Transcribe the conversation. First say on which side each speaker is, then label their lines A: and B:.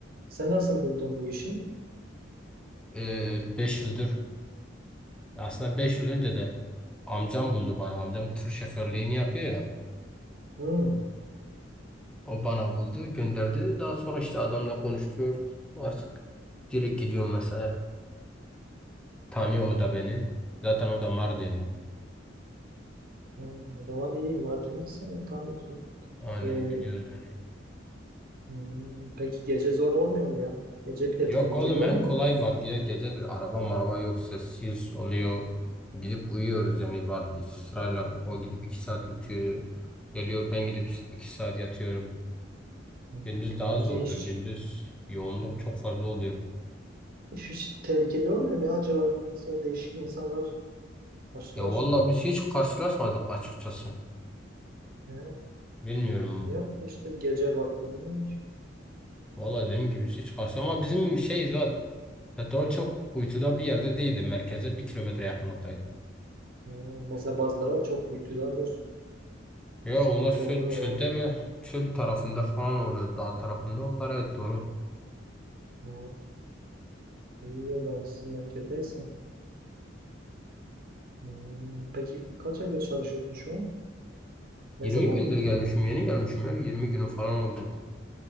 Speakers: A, on the right; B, in the centre.
A: Sen nasıl buldun bu işi?
B: Ee, 5 yıldır aslında 5 yıl önce de amcam buldu bana. Amcam tır şoförlüğünü yapıyor ya.
A: Hı.
B: O bana buldu, gönderdi. Daha sonra işte adamla konuştuk. Artık direkt gidiyorum mesela. Tanıyor
A: He. Hı.
B: o da beni. Zaten o da Mardinli.
A: O zaman iyi. Mardin'i sen tanıyorsun.
B: Aynen
A: E,
B: biliyoruz yani.
A: hı. Peki gece zor olmuyor mu ya? Gece bir de
B: Yok
A: tehlikeli
B: oğlum
A: olmuyor
B: en kolay
A: mu?
B: var diye gecedir araba maraba yok sessiz oluyor. Gidip uyuyoruz yani var sırayla. O gidip iki saat yutuyor. Geliyor ben gidip iki saat yatıyorum.
A: Hı.
B: Gündüz daha
A: Peki
B: zordur
A: hiç
B: gündüz. Yoğunluk çok fazla oluyor.
A: Hiç tehlikeli olmuyor mu ya acaba? Mesela değişik insanlar karşılaşmıyorsun.
B: Ya vallahi biz hiç karşılaşmadık açıkçası.
A: He.
B: Bilmiyorum.
A: Yok ki işte gece vakti bilmiyorum ki.
B: Valla dediğim gibi hiç karşı ama bizim şey zaten petrol
A: Hı.
B: çok kuytuda bir yerde değildi. Merkeze bir kilometre yakınlıktaydı.
A: Hı. Mesela bazıları çok uykudadır.
B: Ya
A: Sıkıntı
B: onlar çöl,
A: olur
B: çölde
A: ya orada.
B: mi? Çöl tarafında falan orada dağ tarafında. Onlar evet doğru.
A: Hı. İyi o zaman siz merkezdeysen. Hı. Peki kaç aydır çalışıyorsun şu an? Ne
B: 20
A: zaman
B: gündür
A: gittin?
B: gelmişim yeni gelmişim ya. 20 günü falan oldu.